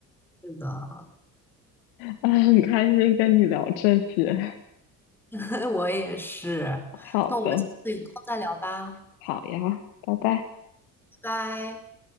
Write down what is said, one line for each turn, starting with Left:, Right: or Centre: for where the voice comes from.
Centre: 是的，
Left: <laughs> 啊，很开心跟你聊这些。
Centre: <laughs> 我也是。
Left: <laughs> 好的，
Centre: 那我们下次有空再聊吧，
Left: 好呀，拜拜。
Centre: 拜拜。